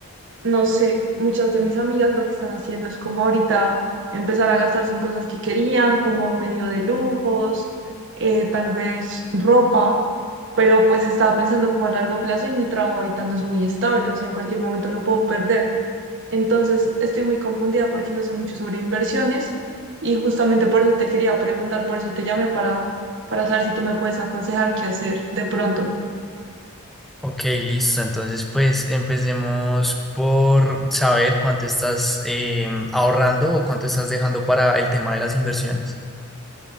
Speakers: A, on the right (about 55°); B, in the centre.
A: no sé, muchas de mis amigas lo que están haciendo es como ahorita empezar a gastarse en cosas que querían, como medio de lujos, eh, tal vez ropa pero pues estaba pensando como a largo plazo y mi trabajo ahorita no es muy estable, o sea, en cualquier momento lo puedo perder. Entonces, estoy muy confundida porque no sé mucho sobre inversiones y justamente por eso te quería preguntar, por eso te llamé para, para saber si tú me puedes aconsejar qué hacer de pronto.
B: Ok, listo. Entonces, pues empecemos por saber cuánto estás em, ahorrando o cuánto estás dejando para el tema de las inversiones.